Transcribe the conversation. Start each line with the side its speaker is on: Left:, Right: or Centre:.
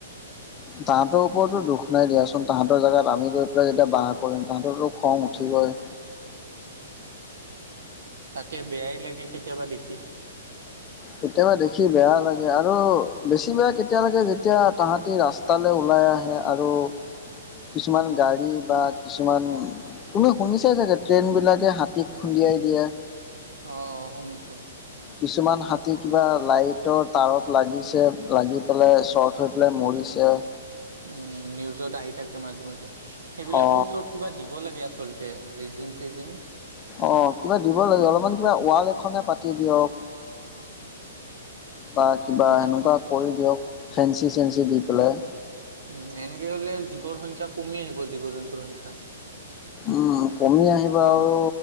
Left: তাহাঁতৰ ওপৰতো দুখ নাই দিয়াচোন, তাহাঁতৰ জাগাত আমি গৈ পেলাই যেতিয়া বাঁহ কৰিম তাহাঁতৰো
Right: উম
Left: খং উ ঠিবই।
Right: উম। তাকে বেয়াই লাগে কেতিয়াবা দেখি।
Left: কেতিয়াবা দেখি বেয়া লাগে আৰু বেছি বেয়া কেতিয়ালৈকে যেতিয়া তাহাতি ৰাস তালে ওলাই আহে আৰু কিছুমান গাড়ী বা কিছুমান তুমি শুনিছাই চাগে? ট্ৰেইনবিলাকে হাতীক খুন্দিয়াই দিয়া।
Right: অ অ শুনিছো।
Left: কিছুমান হাতী কিবা লাইটৰ তাৰত লাগিছে, লাগি পেলাই চ থৈ পেলাই মৰিছে।
Right: উম, নিউজত আহি থাকে মাজে - মাজে সেইবিলাকৰ
Left: অ
Right: ওচৰত কিবা দিব লাগে আচল তে ৰিজিং- চিজিং।
Left: অ কিবা দিব লাগে, অলপমান কিবা ৱাল এখনে পাতি দিয়ক। বা কিবা
Right: এ
Left: এনোকুৱা কৰি দিয়ক ফেঞ্চি - চেঞ্চি দি পেলাই।
Right: উম, এনেকে হলে জীৱৰ সংখ্যা কমি আহিব জীৱ - জন্তুৰ সংখ্যা।
Left: উম কমি আহিব আৰু